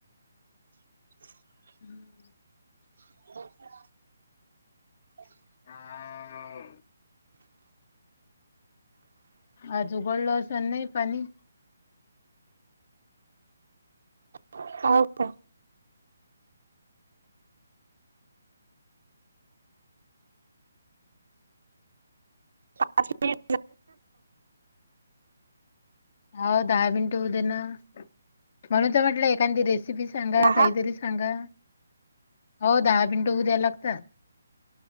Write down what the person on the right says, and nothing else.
<unintelligible>
<unintelligible>
<unintelligible> होवू का? पाच मिनिट
दहा